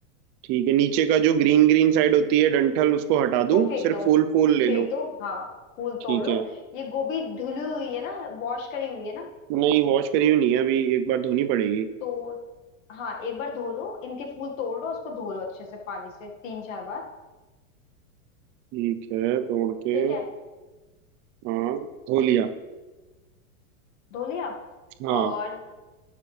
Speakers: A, on the right; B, on the left.
A: ठीक है नीचे का जो ग्रीन ग्रीन साइड होती है डंठल उसको हटा
B: वो
A: दूं
B: फेंक
A: सिर्फ
B: दो
A: फूल फूल ले
B: फेंक
A: लो
B: दो हाँ फूल
A: ठीक
B: तोड़ लो
A: है
B: ये गोभी धुली हुई है ना वॉश करी हुई है ना
A: नहीं वॉश करी हुई नहीं है अभी एक बार धोनी पड़ेगी
B: तो हाँ एक बार धो लो इनके फूल तोड़ लो उसको धो लो अच्छे से पानी से तीन चार बार
A: ठीक है तोड़ के
B: ठीक है
A: हाँ धो लिया
B: धो लिया
A: हाँ
B: और